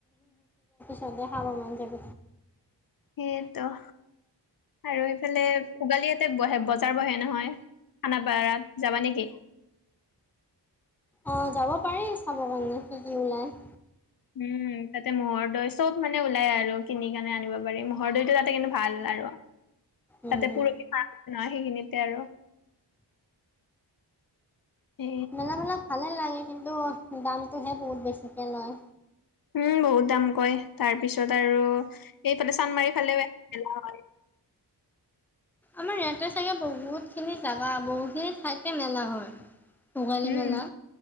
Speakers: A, in the centre; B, on the left.
A: সদায় খাব মন যাব।
B: সেইটো আৰু এইফালে ভোগালী ইয়াতে বহে বজাৰ বহে নহয় খানাপাৰাত যাবা নেকি?
A: অ যাব পাৰি চাব কাৰণে কি কি ওলাই?
B: উম, তাতে ম'হৰ দৈ চব মানে ওলাই আৰু কিনি কাৰনে আনিব পাৰি ম'হৰ দৈতটো তাতে কিন্তু ভাল আৰু
A: উম
B: তাতে
A: হুম
B: পুৰহি পাৰ ন সেইখিনিতে আৰু এ
A: মেলা বিলাক ভালেই লাগে কিন্তু দামটোহে বহুত বেছিকৈ লয়।
B: উম বহুত দাম কয় তাৰ পিছত আৰু এইফালে চান্মাৰি ফালেও মেলা হয়
A: আমাৰ ইয়াতে চাগে বহুতখিনি জাগা বহুতখিনি ঠাইতে মেলা হয়। ভোগালী
B: উম
A: মেলা